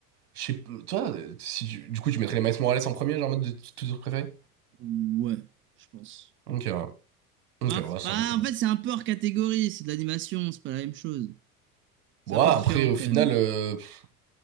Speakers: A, on the right; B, on the right.
A: je sais p- toi, euh, si tu- du coup, tu mettrais les Miles Morales en premier, genre en mode de tous tes préférés?
B: Ouais, je pense.
A: Ok, ouais. Ok,
B: Bah,
A: ouais, ça
B: bah,
A: peut se comprendre.
B: en fait, c'est un peu hors catégorie, c'est de l'animation, c'est pas la même chose. C'est
A: Bon,
B: un
A: ouais,
B: peu différent
A: après, au
B: quand
A: final,
B: même.
A: euh, pff,